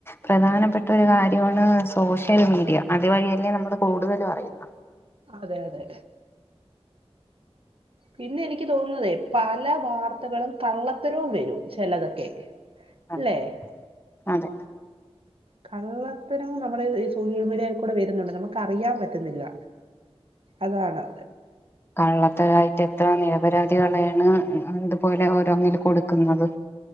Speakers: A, on the left; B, on the right.
A: പ്രധാനപ്പെട്ട ഒരു കാര്യമാണ് സോഷ്യൽ മീഡിയ. അത് വഴി അല്ലേ നമ്മള് കൂടുതൽ അറയുന്നത്.
B: അതെ അതെ പിന്നെ എനിക്ക് തോന്നതേ പല വാർത്തകളും കള്ളത്തരവും വരും ചിലതൊക്കെ.
A: അതെ
B: അല്ലേ
A: അതെ.
B: കള്ളത്തരം നമ്മുടെ ഈ സോഷ്യൽ മീഡിയയിൽ കൂടെ വരുന്നുണ്ട് നമുക്ക് അറിയാൻ പറ്റും. ട്ടത്തില്ല അതാണ്.
A: കള്ളത്തരായിട്ട് എത്ര നിരപരാധികളെയാണ് ഇതുപോലെ ഓരോന്നില് കൊടുക്കുന്നത്.